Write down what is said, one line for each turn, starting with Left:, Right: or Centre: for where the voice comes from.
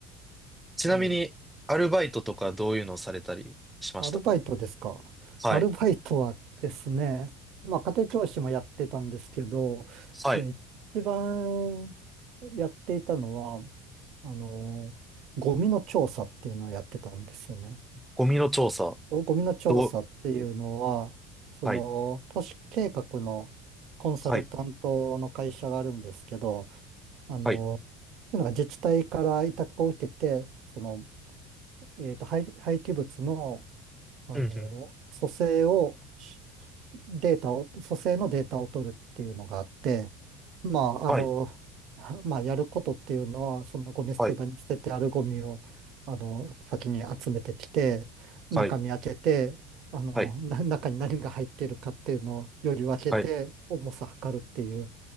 Centre: ちなみに、
Right: ええ、
Centre: アルバイトとかどういうのをされたりしましたか
Right: アルバイトですか。
Centre: はい。
Right: アルバイトはですね、まあ、家庭教師もやってたんですけど、
Centre: はい。
Right: ね、一番やっていたのは、あの、ゴミの調査っていうのをやってたんですよね。
Centre: ゴミの調査。
Right: ゴゴミの調査っていうのは、
Centre: どう、
Right: その、
Centre: はい。
Right: 都市計画のコンサル担当の会社があるんですけど、
Centre: はい。
Right: あの、
Centre: はい。
Right: なんか自治体から委託を受けて、その、えっと、廃、廃棄物の、あの、
Centre: うんうん。
Right: 組成を、しデータを、組成のデータを取るっていうのがあって、まあ、
Centre: はい。
Right: あの、はまあ、やることっていうのは、そのゴミ捨て場に捨ててあるゴミを、
Centre: はい。
Right: あの、先に集めてきて、中身開けて、
Centre: はい。
Right: あの、
Centre: はい。
Right: な、中に何が入っているかっていうのをより分けて、
Centre: はい
Right: 重さ測るっていう、